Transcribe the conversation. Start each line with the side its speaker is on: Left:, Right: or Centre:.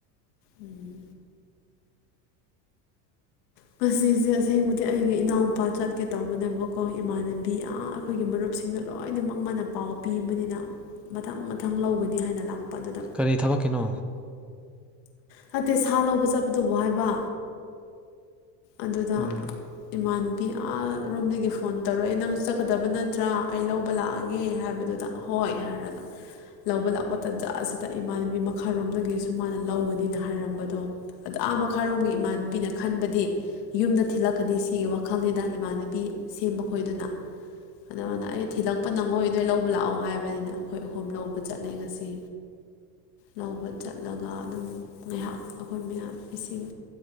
Left: ꯎꯝ ꯉꯁꯤꯁꯦ ꯑꯁꯦꯡꯕꯗꯤ ꯑꯩꯒꯤ ꯏꯅꯥꯎꯄꯥ ꯆꯠꯀꯦ ꯇꯧꯕꯅꯦꯕꯀꯣ ꯏꯃꯥꯟꯅꯕꯤ ꯌꯥꯝ ꯑꯩꯈꯣꯏꯒꯤ ꯃꯔꯨꯞꯁꯤꯡꯅ ꯂꯣꯏꯅꯃꯛ ꯃꯥꯅ ꯄꯥꯎ ꯄꯤꯕꯅꯤꯅ ꯃꯊꯪ ꯃꯊꯪ ꯂꯧꯒꯅꯤ ꯍꯥꯏꯅ ꯂꯥꯛꯄ ꯑꯗꯨꯗ
Centre: ꯀꯔꯤ ꯊꯕꯛꯀꯤꯅꯣ
Left: ꯅꯠꯇꯦ ꯁꯥ ꯂꯧꯕ ꯆꯠꯄꯗꯨꯕꯨ ꯍꯥꯏꯕ ꯑꯗꯨꯗ
Centre: ꯎꯝ
Left: ꯏꯃꯥꯟꯕꯤꯔꯣꯝꯗꯒꯤ ꯐꯣꯟ ꯇꯧꯔꯛꯑꯦ ꯅꯪ ꯆꯠꯀꯗꯕ ꯅꯠꯇ꯭ꯔꯥ ꯑꯩ ꯂꯧꯕ ꯂꯥꯛꯑꯒꯦ ꯍꯥꯏꯕꯗꯨꯗ ꯍꯣꯏ ꯍꯥꯏꯔꯒ ꯂꯧꯕ ꯂꯥꯛꯄ ꯇꯟꯖꯥ ꯑꯁꯤꯗ ꯏꯃꯥꯟꯅꯕꯤ ꯃꯈꯥꯔꯣꯝꯗꯒꯤꯁꯨ ꯃꯥꯅ ꯂꯧꯒꯅꯤꯅ ꯍꯥꯏꯔꯝꯕꯗꯣ ꯑꯗ ꯑꯥ ꯃꯈꯥꯔꯣꯝꯒꯤ ꯏꯃꯥꯟꯅꯕꯤꯅ ꯈꯟꯕꯗꯤ ꯌꯨꯝꯗ ꯊꯤꯜꯂꯛꯀꯅꯤ ꯁꯤꯒꯤ ꯋꯥꯈꯜꯅꯤꯗ ꯏꯃꯥꯟꯅꯕꯤ ꯁꯦꯝꯕ ꯈꯣꯏꯗꯨꯅ ꯑꯗꯨꯃꯅ ꯑꯩ ꯊꯤꯜꯂꯛꯄ ꯅꯪꯉꯣꯏ ꯅꯣꯏ ꯂꯧꯕ ꯂꯥꯛꯑꯣ ꯍꯥꯏꯕꯅꯤꯅ ꯑꯩꯈꯣꯏ ꯑꯍꯨꯝ ꯂꯧꯕ ꯆꯠꯂꯦ ꯉꯁꯤ ꯂꯧꯕ ꯆꯠꯂꯒ ꯑꯗꯨꯝ ꯉꯥꯏꯍꯥꯛ ꯑꯩꯈꯣꯏ ꯃꯌꯥꯝ ꯏꯁꯤꯡ